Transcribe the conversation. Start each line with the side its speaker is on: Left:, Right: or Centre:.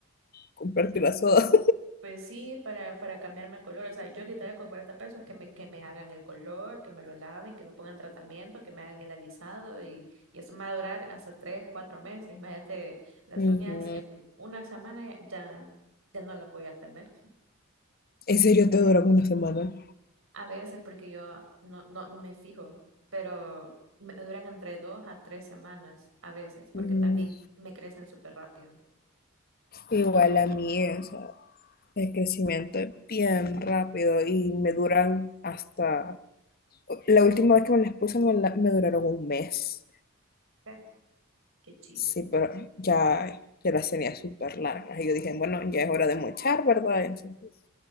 Left: comprarte la soda.
Right: Pues sí, para, para cambiarme el color. O sea, yo literal con 40 pesos que me, que me hagan el color, que me lo laven, que me pongan tratamiento, que me hagan el alisado y, y eso me va a durar hasta 3 4 meses. Imagínate, las
Left: <laughs> Ujú.
Right: uñas en una semana ya, ya ya no las voy a tener.
Left: ¿En serio te duran una semana?
Right: A veces porque yo no, no, no me fijo, pero me me duran entre dos a tres semanas a veces, porque
Left: Mm,
Right: también me crecen súper rápido.
Left: Igual a mí, o sea. El crecimiento es bien rápido y me duran hasta... La última vez que me las puse me, la- me duraron un mes.
Right: Sí. Qué chido.
Left: Sí, pero ya, ya las tenía súper largas. Y yo dije, bueno, ya es hora de mochar, ¿verdad? Entonces